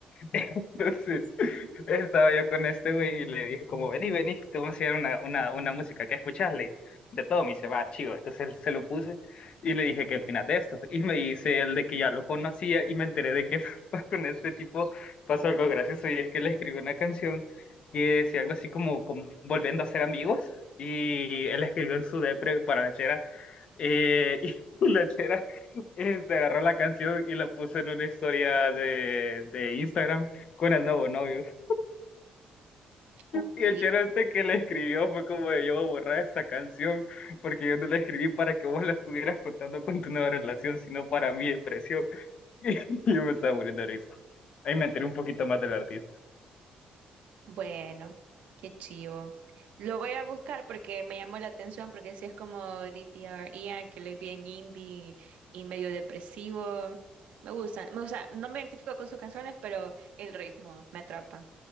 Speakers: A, on the left; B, on the right.
A: Entonces, <laughs>
B: Mm,
A: estaba yo con este güey y le dije como, vení, vení, te voy a enseñar una, una, una música que escucharle. De todo me dice, va, chido. Entonces él se lo puse y le dije, ¿qué opinas de esto? Y me dice él de que ya lo conocía y me enteré de que <laughs> con este tipo pasó algo gracioso y es que le escribió una canción que decía algo así como, como volviendo a ser amigos y él escribió en su depre para la chera eh, <laughs> y la chera este, agarró la canción y la puso en una historia de, de Instagram con el nuevo novio. <laughs>
B: Ok,
A: Y el chero este que le escribió fue como de, yo voy a borrar esta canción porque yo no la escribí para que vos la estuvieras contando con tu nueva relación, sino para mi depresión. <laughs> Y yo me estaba muriendo de risa. Ahí me enteré un poquito más del artista.
B: bueno, qué chivo. Lo voy a buscar porque me llamó la atención, porque si es como DPR, Ian, que le es bien indie y medio depresivo. Me gustan, me o sea, no me identifico con sus canciones, pero el ritmo me atrapa.